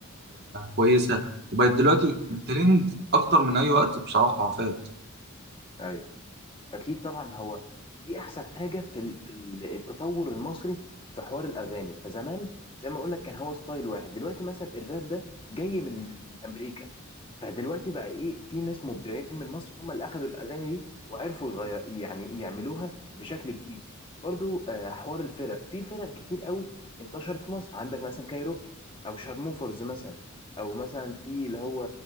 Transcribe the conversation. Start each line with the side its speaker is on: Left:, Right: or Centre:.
Left: مم.
Right: كويسه وبقت دلوقتي
Left: مم.
Right: ترند اكتر من اي وقت بصراحه فات
Left: ايوه اكيد طبعا هو دي احسن حاجه في ال- في ال- التطور المصري في حوار الاغاني فزمان زي ما اقول لك كان هو ستايل واحد دلوقتي مثلا الراب ده جاي من امريكا فدلوقتي بقى ايه في ناس مبدعين من مصر هم اللي اخذوا الاغاني دي وعرفوا يغير يعني يعملوها بشكل جديد برضو آه، حوار الفرق في فرق كتير قوي انتشرت في مصر عندك مثلا كايروكي او شارموفرز مثلا او مثلا في اللي هو